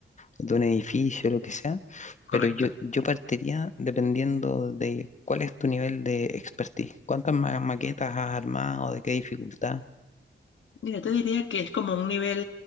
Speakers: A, on the left; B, on the left.
A: de un edificio, lo que sea,
B: Correcto.
A: pero yo, yo partiría dependiendo de cuál es tu nivel de expertise, cuántas ma- maquetas has armado, de qué dificultad.
B: Mira, te diría que es como un nivel